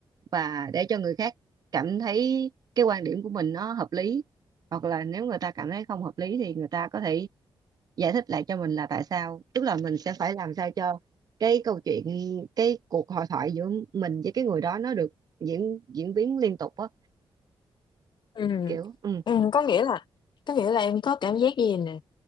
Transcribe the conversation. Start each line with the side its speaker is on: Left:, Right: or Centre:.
Right: và để cho người khác cảm thấy cái quan điểm của mình nó hợp lý. Hoặc là nếu người ta cảm thấy không hợp lý thì người ta có thể giải thích lại cho mình là tại sao tức là mình sẽ phải làm sao cho cái câu chuyện cái cuộc hội thoại giữa mình với cái người đó nó được diễn diễn biến liên tục á
Left: ừm,
Right: kiểu ừ
Left: ừm, có nghĩa là có nghĩa là em có cảm giác gì nè